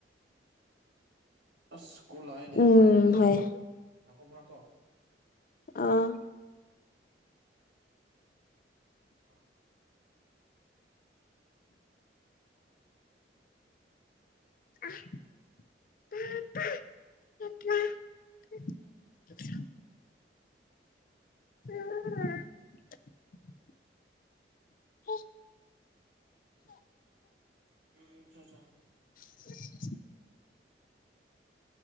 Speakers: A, on the right; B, on the left.
A: ꯑꯁ ꯀꯣꯂꯥꯛꯏꯅꯦ ꯑꯩ
B: ꯎꯝ
A: ꯄꯥꯏꯗ꯭ꯔꯗꯤ ꯌꯥꯔꯣꯏ
B: ꯍꯣꯏ
A: ꯌꯥꯥꯛꯈꯣꯕ꯭ꯔꯥꯠꯇꯣ
B: ꯑꯥ
A: ꯍꯂꯣ <inaudible>
B: ꯎꯝ <inaudible> ꯎꯝ <unintelligible> ꯎꯝ <inaudible> ꯎꯝ
A: ꯎꯝ ꯑꯆꯥ ꯑꯆꯥ
B: <inaudible>